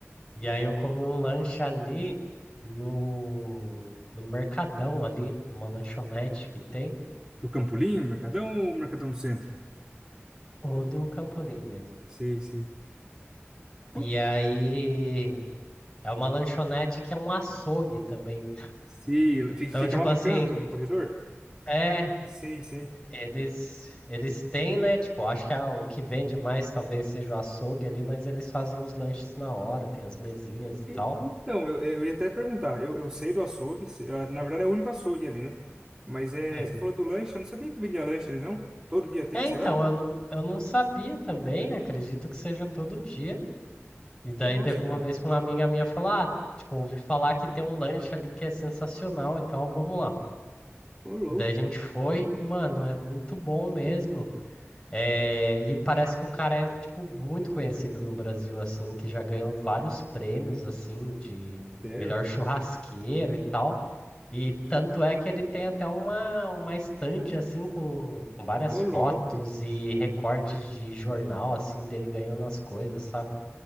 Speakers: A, on the left; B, on the right.
A: E aí eu comi um lanche ali no, no Mercadão ali, numa lanchonete que tem,
B: Do Campolim, Mercadão ou Mercadão do Centro?
A: ou do Campolim mesmo.
B: Sei, sei. Qual-
A: E aí é uma lanchonete que é um açougue também.
B: Sei. Fica
A: Então,
B: fica
A: tipo
B: lá no
A: assim,
B: canto, no corredor?
A: é,
B: Sei, sei.
A: eles eles têm, né? Tipo, acho que ah, o que vende mais talvez seja o açougue ali, mas eles fazem os lanches na hora, tem as mesinhas e tal.
B: E- Então, eu, eu ia até perguntar. Eu, eu sei do açougue, se- ah, na verdade é o único açougue ali, né? Mas é,
A: Sei.
B: você falou do lanche, eu não sabia que vendia lanche ali, não? Todo dia tem,
A: É,
B: será?
A: então, eu, n- eu não sabia também, acredito que seja todo dia. E daí
B: Nossa,
A: teve uma
B: cara.
A: vez que uma amiga minha falou, ah, tipo, ouvi falar que tem um lanche ali que é sensacional e tal, vamos lá.
B: Ô, louco.
A: Daí a gente foi, e, mano, é muito bom mesmo. É, e parece que o cara é, tipo, muito conhecido no Brasil, assim, que já ganhou vários prêmios, assim, de
B: Sério?
A: melhor churrasqueiro e tal. E tanto é que ele tem até uma, uma estande, assim, com, com várias
B: Ô,
A: fotos
B: louco.
A: e recortes de jornal, assim, dele ganhando as coisas, sabe?